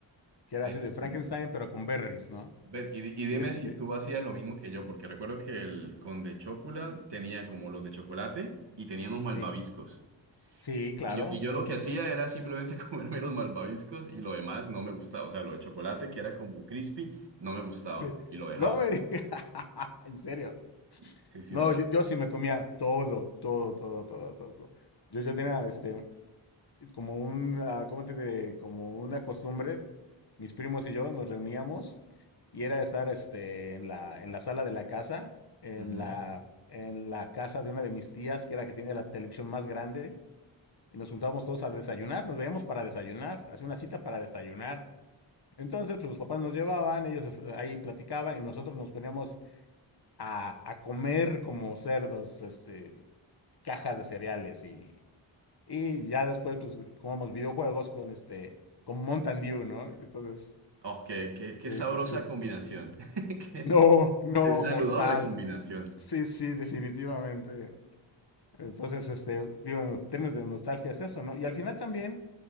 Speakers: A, on the left (about 55°); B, on the right (about 60°).
A: que era
B: Ese
A: así de
B: sí,
A: Frankenstein,
B: no.
A: pero con berries, ¿no?
B: Ven, y, di- y
A: Y
B: dime
A: este,
B: si tú hacías lo mismo que yo, porque recuerdo que el Conde Chocula tenía como los de chocolate y tenía unos malvaviscos.
A: sí, sí, claro,
B: Y yo, y yo
A: sí,
B: lo
A: sí,
B: que hacía era simplemente <laughs> comerme los malvaviscos y lo demás no me gustaba. O sea, lo de chocolate, que era como crispy, no me gustaba
A: sí.
B: y lo dejaba.
A: No me digas, <laughs> en serio.
B: Sí, sí,
A: No,
B: lo...
A: yo, yo sí me comía todo, todo, todo, todo, todo. Yo, yo tenía este, como una, ¿cómo te diré? Como una costumbre, mis primos y yo nos reuníamos y era estar este, en la, en la sala de la casa, en
B: Ujú.
A: la, en la casa de una de mis tías, que era la que tiene la televisión más grande, y nos juntábamos todos a desayunar, nos veíamos para desayunar, hacía una cita para desayunar. Entonces, pues los papás nos llevaban, ellos eh, ahí platicaban y nosotros nos poníamos a, a comer como cerdos, este, cajas de cereales y, y ya después, pues, jugamos videojuegos con este, con Mountain Dew, ¿no? Entonces,
B: Oh, qué, qué,
A: sí,
B: qué sabrosa
A: sí, sí.
B: combinación. <laughs> Qué,
A: No, no,
B: qué saludable
A: mortal.
B: combinación.
A: Sí, sí, definitivamente. Entonces, este, digo, en términos de nostalgia es eso, ¿no? Y al final también,